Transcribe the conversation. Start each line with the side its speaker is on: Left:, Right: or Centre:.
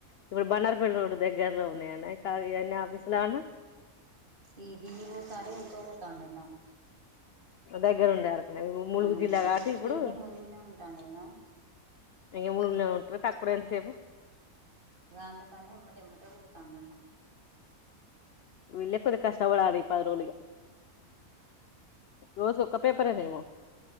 Left: ఇప్పుడు బనార్పల్లి రోడ్ దగ్గరలో ఉన్నాయన్న ఇవన్నీ ఆఫీస్లు ఇవన
Right: ఈ డి ఈ ఓ సారే ఓకే పోతాండట
Left: దగ్గర ఉండే వరకే ములుగు
Right: ఆ
Left: జిల్లా కాబట్టి ఇప్పుడు
Right: ఈన్నే ములుగుల్నే ఉంటాండు కదా
Left: ఇగా ములుగు లా ఉంటరు తక్కువఅంతసేపు
Right: ఇగా అందుకనే ఎమ్మటేమ్మటే పోతాండట
Left: వెళ్ళ కొది కష్ట కష్టపడాలి పది రోజులు ఇగా రోజు ఒక్క పేపర్ ఏమో